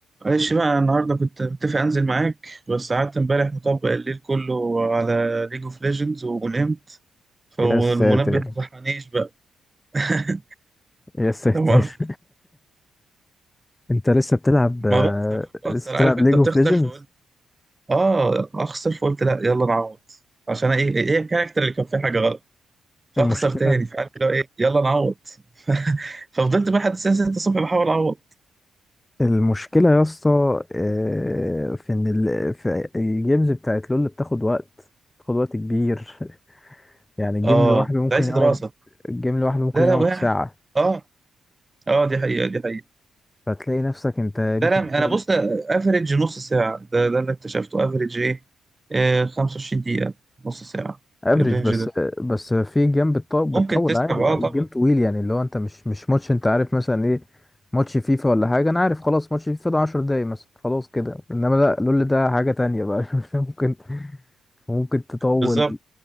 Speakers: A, on the right (about 25°); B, on the left (about 20°).
A: معلش بقى النهارده كنت متفق انزل معاك بس قعدت امبارح مطبق الليل كله على ليج اوف ليجندز ونمت فالمنبه
B: يا ساتر
A: ما صحانيش بقى <laughs>
B: يا ساتر
A: لا مؤاخذة.
B: <laughs> انت لسه بتلعب آه،
A: ما بخسر بخسر
B: لسه بتلعب
A: عارف انت
B: ليج
A: بتخسر
B: اوف ليجندز
A: فقلت اه اخسر فقلت لا يلا نعوض عشان ايه ايه إيه الكاركتر اللي كان فيه حاجه غلط فاخسر
B: المشكله
A: تاني فعارف اللي هو ايه يلا نعوض <laughs> ففضلت بقى لحد الساعه 6 الصبح بحاول اعوض
B: المشكله يا اسطى آه، في ان ال... في الجيمز بتاعت لول بتاخد وقت بتاخد وقت كبير <laughs> يعني جيم
A: اه
B: لوحده ممكن
A: ده عايز
B: يقعد
A: دراسه
B: الجيم لوحده ممكن
A: لا
B: يقعد
A: لا وقع
B: ساعه
A: اه اه دي حقيقه دي حقيقه
B: فتلاقي نفسك انت يمكن
A: لا لا
B: بتقعد
A: انا بص افريج نص ساعه ده ده اللي اكتشفته افريج ايه آه 25 دقيقه نص ساعه
B: افريج
A: الرينج
B: بس
A: ده
B: بس في جيم بتطول بتطول
A: ممكن تسحب
B: عادي
A: اه
B: الجيم
A: طبعا
B: طويل يعني اللي هو انت مش مش ماتش انت عارف مثلا ايه ماتش فيفا ولا حاجة انا عارف خلاص ماتش فيفا ده 10 دقايق مثلا خلاص كده انما لا لول ده حاجة تانية بقى <laughs> ممكن ممكن تطول
A: بالظبط